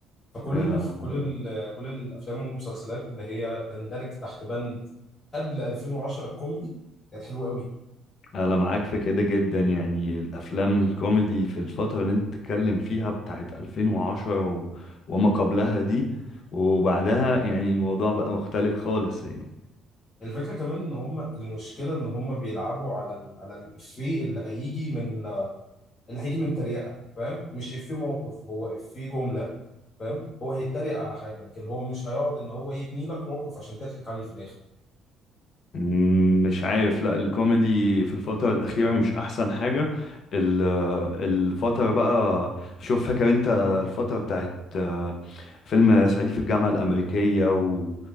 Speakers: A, on the left (about 35°); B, on the left (about 55°).
A: فكل
B: آه،
A: الأف... مم. كل ال... كل الأفلام والمسلسلات اللي هي تندرج تحت بند قبل 2010 الكوميدي كانت حلوة قوي
B: انا معاك في كده جدا يعني الافلام الكوميدي في الفتره اللي انت بتتكلم فيها بتاعت 2010 و... وما قبلها دي وبعدها يعني الموضوع بقى مختلف خالص يعني
A: الفكرة كمان ان هم المشكلة ان هم بيلعبوا على ال... على الافيه اللي هيجي من اللي هيجي من تريقة فاهم مش افيه موقف هو افيه جملة فاهم هو هيتريق على حاجة لكن هو مش هيقعد ان هو يبني لك موقف عشان تضحك عليه في الاخر
B: مم، مش عارف لا الكوميدي في الفترة الأخيرة مش أحسن حاجة ال- الفترة بقى شوف فاكر أنت الفترة بتاعت آه، فيلم صعيدي في الجامعة الأمريكية و...